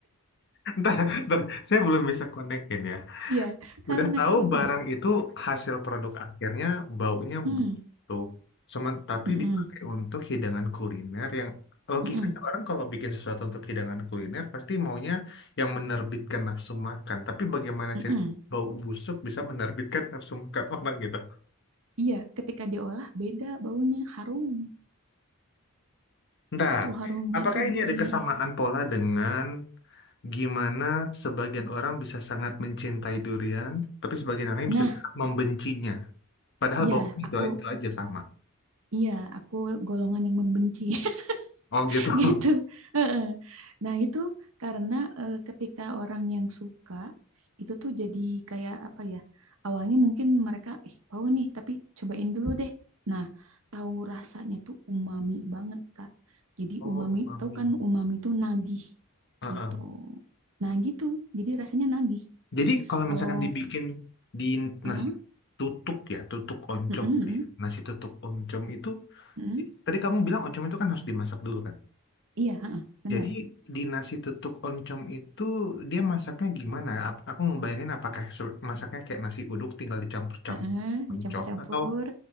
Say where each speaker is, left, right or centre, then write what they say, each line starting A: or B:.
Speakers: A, on the left; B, on the right.
A: <laughs> Ntar, ntar, saya belum bisa konekin ya.
B: Iya, karena
A: Udah tahu
B: enak.
A: barang itu hasil produk akhirnya baunya
B: Hmm,
A: busuk. Semen, tapi
B: mm-mm,
A: dipakai untuk hidangan kuliner yang logikanya
B: mm-mm,
A: orang kalau bikin sesuatu untuk hidangan kuliner pasti maunya yang menerbitkan nafsu makan. Tapi bagaimana
B: mm-mm.
A: cerita bau busuk bisa menerbitkan nafsu makan <laughs> orang gitu?
B: Iya, ketika diolah beda baunya, harum.
A: Ntar,
B: Itu harumnya
A: apakah
B: tuh
A: ini
B: gurih.
A: ada kesamaan pola dengan gimana sebagian orang bisa sangat mencintai durian, tapi sebagian orang lain
B: Nah,
A: bisa sangat membencinya? Padahal
B: ya
A: baunya
B: aku,
A: itu, itu aja sama.
B: iya aku golongan yang membenci
A: Oh
B: <laughs>
A: gitu. <laughs>
B: gitu. Heeh. Nah, itu karena eh, ketika orang yang suka itu tuh jadi kayak apa ya? Awalnya mungkin mereka ih tahu nih, tapi cobain dulu deh. Nah, tahu rasanya tuh umami banget, Kak. Jadi
A: Oh,
B: umami,
A: umami.
B: tahu kan umami tuh nagih
A: Heeh.
B: gitu. Nah, gitu. Jadi rasanya nagih.
A: Jadi kalau
B: Kalau
A: misalkan dibikin di
B: heeh,
A: nasi tutuk ya, tutuk oncom,
B: heeh, heeh,
A: ya, nasi tutuk oncom itu,
B: heeh.
A: tadi kamu bilang oncom itu kan harus dimasak dulu kan?
B: Iya, heeh, benar.
A: Jadi di nasi tutuk oncom itu dia masaknya gimana? Ap- Aku ngebayangin apakah se- masaknya kayak nasi uduk tinggal dicampur-campur
B: Heeh,
A: oncom
B: dicampur-campur.
A: atau